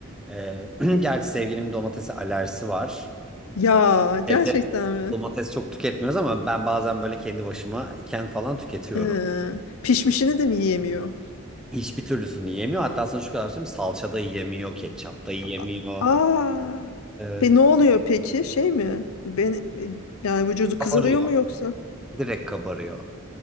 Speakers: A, in the centre; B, on the left (about 80°).
A: Ee, <clears throat> gerçi sevgilimin domatese alerjisi var.
B: Ya gerçekten
A: Evde
B: mi?
A: domates çok tüketmiyoruz ama ben bazen böyle kendi başıma iken falan tüketiyorum.
B: Ee, pişmişini de mi yiyemiyor?
A: Hiçbir türlüsünü yiyemiyor. Hatta sana şu kadar söyleyeyim salça da yiyemiyor, ketçap da yiyemiyor.
B: A- Aa.
A: Evet.
B: Pe ne oluyor peki? Şey mi? Ben yani vücudu kızarıyor
A: Kabarıyor.
B: mu yoksa?
A: Direkt kabarıyor.